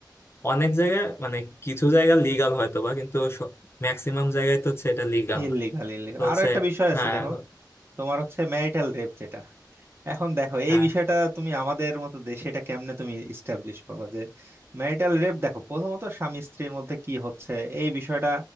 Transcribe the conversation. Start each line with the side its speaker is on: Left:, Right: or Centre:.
Left: অনেক জায়গায় মানে কিছু জায়গা লিগাল হয়তো বা কিন্তু ম্যাক্সিমাম জায়গায় তো হচ্ছে এটা লিগাল
Right: Illegal
Left: না
Right: illegal
Left: তো হচ্ছে
Right: আরো একটা বিষয়
Left: হ্যাঁ
Right: আছে দেখো
Left: এখন-
Right: তোমার হচ্ছে ম্যারিটাল রেপ যেটা এখন দেখো
Left: হ্যাঁ
Right: এই বিষয়টা তুমি আমাদের মতো দেশে এটা কেমনে তুমি ইস্টাবলিশ করবা যে ম্যারিটাল রেপ দেখো প্রথমত স্বামী স্ত্রীর মধ্যে কি হচ্ছে এই বিষয়টা